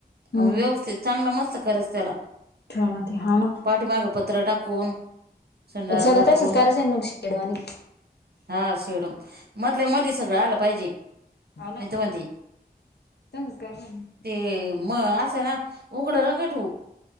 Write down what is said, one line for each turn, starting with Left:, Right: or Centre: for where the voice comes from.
Right: आणि
Left: हम्म
Right: व्यवस्थित चांगला मस्त करच त्याला.
Left: ठेव ना ते हा ना
Right: पाठीमाग प त्र टाकून संडास
Left: सगळं
Right: बाथरूम
Left: तसंच करायचं आहे मग शेडवाणी.
Right: हां. शेडम मधल्या मधी सगळं आलं पाहिजे.
Left: हाव ना,
Right: मी तर
Left: तसंच
Right: म्हणते
Left: करावं लागणारं.
Right: ते मग असं ना उघड नका ठेवू.